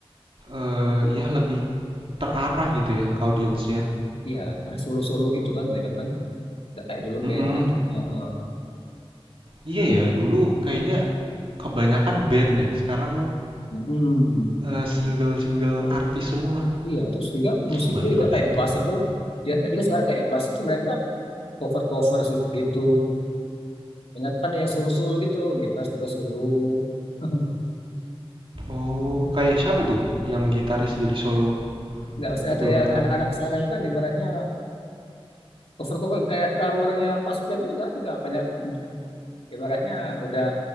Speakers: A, on the right; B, on the left.
A: eh ya lebih terarah gitu ya audiensnya.
B: iya pas solo-solo gitu kan mereka kan nggak kayak dulu
A: Mm-mm.
B: band kan Heeh.
A: Iya ya, dulu kayaknya kebanyakan band deh. Sekarang
B: Mm-mm.
A: eh, single-single artis semua.
B: iya terus juga musik
A: Baru
B: juga
A: nyadar
B: kayak
A: tuh.
B: bass itu ya tadi kan sekarang kayak bass itu mereka cover-cover sih gitu banyak kan ya solo-solo gitu gitar juga solo <laughs>
A: Oh, kayak siapa tuh yang gitaris jadi solo?
B: nggak maksudnya
A: Aku
B: tuh
A: belum
B: ya
A: pernah.
B: anak-anak sekarang kan ibaratnya cover cover kayak drummernya pas band itu sekarang juga banyak kan. ibaratnya udah